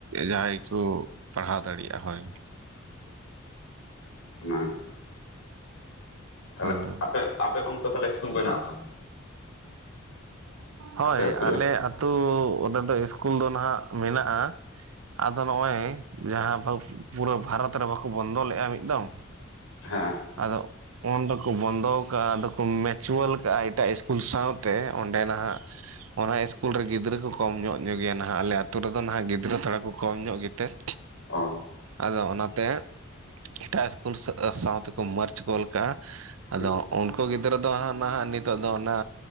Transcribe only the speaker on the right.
ᱡᱟᱦᱟᱸᱭ ᱜᱮ ᱠᱚ ᱯᱟᱲᱦᱟᱣ ᱫᱟᱲᱮᱭᱟᱜᱼᱟ ᱦᱳᱭ ᱾
ᱦᱮᱸ
ᱦᱳᱭ
ᱟᱞᱮ
ᱟᱹᱛᱩ ᱨᱮ ᱫᱚ ᱤᱥᱠᱩᱞ ᱫᱚ ᱱᱟᱜ ᱢᱮᱱᱟᱜᱼᱟ ᱾ ᱟᱫᱚ ᱱᱚᱜᱼᱚᱭ ᱡᱟᱦᱟᱸ ᱯᱩᱨᱟᱹ ᱵᱷᱟᱨᱚᱛ ᱨᱮ ᱵᱟᱠᱚ ᱵᱚᱱᱫᱚ ᱞᱮᱫᱼᱟ ᱢᱤᱫ ᱫᱚᱢ?
ᱟᱫᱚ ᱩᱱ ᱫᱚᱠᱚ ᱵᱚᱱᱫᱚ ᱟᱠᱟᱜᱼᱟ ᱟᱫᱚ ᱠᱚ ᱢᱮᱪᱩᱣᱟᱞ ᱠᱟᱜᱼᱟ ᱮᱴᱟᱜ ᱤᱥᱠᱩᱞ ᱥᱟᱶᱛᱮ ᱚᱸᱰᱮ ᱱᱟᱦᱜ ᱾ ᱚᱱᱟ ᱤᱥᱠᱩᱞ ᱨᱮ ᱜᱤᱫᱽᱨᱟᱹ ᱠᱚ ᱠᱚᱢ ᱧᱚᱜ ᱧᱚᱜ ᱜᱮᱭᱟ ᱱᱟᱦᱜ ᱟᱞᱮ ᱟᱛᱩ ᱨᱮ ᱫᱚ ᱱᱟᱦᱜ ᱜᱤᱫᱽᱨᱟᱹ ᱛᱷᱚᱲᱟ ᱠᱚ ᱠᱚᱢ ᱧᱚᱜ ᱜᱮᱛᱮ ᱾
ᱟᱫᱚ ᱚᱱᱟᱛᱮ ᱮᱴᱟᱜ ᱤᱥᱠᱩᱞ ᱥᱟᱶ ᱛᱮᱠᱚ ᱢᱟᱹᱨᱪ ᱠᱚᱞ ᱠᱟᱜᱼᱟ ᱾
ᱟᱫᱚ ᱩᱱᱠᱩ ᱜᱤᱫᱽᱨᱟᱹ ᱫᱚ ᱱᱟᱦᱜ ᱱᱤᱛᱚᱜ ᱫᱚ ᱚᱱᱟ